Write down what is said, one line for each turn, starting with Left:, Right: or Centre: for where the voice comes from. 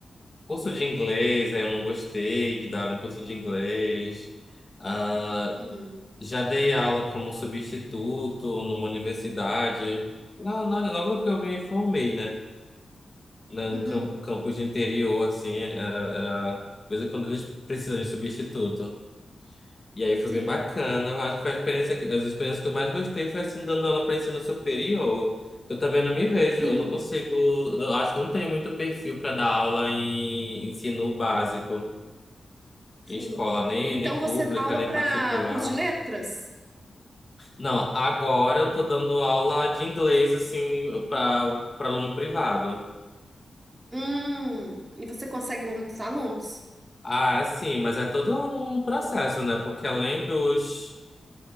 Left: curso de inglês, aí eu não gostei de dar um curso de inglês. Ah,
Right: Uhum.
Left: Já dei aula como substituto numa universidade. Não, não, logo que eu me formei, né? Num
Right: Uhum.
Left: cam- campus de interior, assim, era, era... De vez em quando eles precisam de substituto. E aí foi
Right: Sim,
Left: bem bacana. Eu acho que foi a experiência que... As experiências que eu mais gostei foi, assim, dando aula para ensino superior. Eu também não me vejo,
Right: sim,
Left: eu não consigo... Eu acho que eu não tenho muito perfil para dar aula em ensino básico,
Right: sim.
Left: em escola, nem,
Right: Então
Left: nem
Right: você
Left: pública,
Right: dá aula
Left: nem
Right: para
Left: particular.
Right: curso de letras?
Left: Não, agora eu tô dando aula de inglês, assim, para para aluno privado.
Right: Hum. E você consegue muitos alunos?
Left: Ah, é sim, mas é todo um processo, né? Porque além dos.